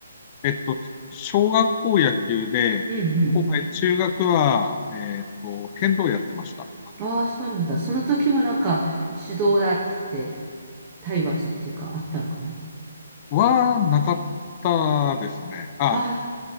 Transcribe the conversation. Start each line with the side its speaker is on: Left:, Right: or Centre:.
Left: えっと、小学校野球で、
Right: うんうん。
Left: こえ中学は、えっと、剣道やってました。
Right: ああ、そうなんだ。その時もなんか指導だっつって、体罰っていうかあったんかな。
Left: は、なかったですね。あ、
Right: あ